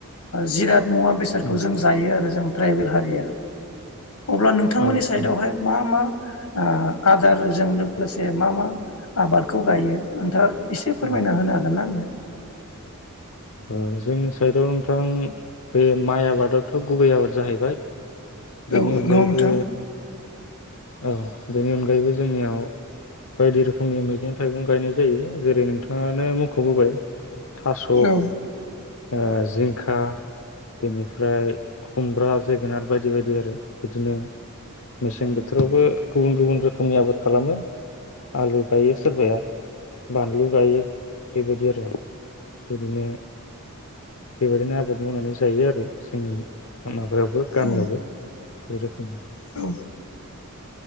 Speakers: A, on the left; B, on the left.
A: जिराद मुवा बेसादखौ
B: उम
A: जों जायो आरो जों ट्राइबेल हारिया अब्ला नोंथांमोननिसि
B: औ
A: साइद
B: औ
A: आवहाय मा मा ओ आदारजों लोगोसे मा मा आबादखौ गायो ओनथां? एसे फोरमायना
B: औ
A: होनो हागोन ना आंनो
B: ओ जोंनि साइदाव नोंथां बे माइ आबादाथ' गुबै आबाद जाहैबाय बेनि
A: औ नंगौ
B: अनगायैबो
A: नोंथां
B: औ बेनि अनगायैबो जोंनियाव बायदि रोखोमनि मैगं थाइगं गायनाय जायो जेरै नोंथाङानो मुंख'बोबाय थास'
A: औ
B: ओ जिंखा बेनिफ्राय खुमब्रा जोगोनार बायदि बायदि आरो बिदिनो मेसें बोथोरावबो गुबुन गुबुन रोखोमनि आबाद खालामो आलु गायो सोरबाया बानलु गायो बेबायदि आरो बिदिनो बेबायदिनो आबाद मावनानै जायो आरो जोंनि माबायावबो गामियावबो
A: औ
B: बे रोखोम
A: औ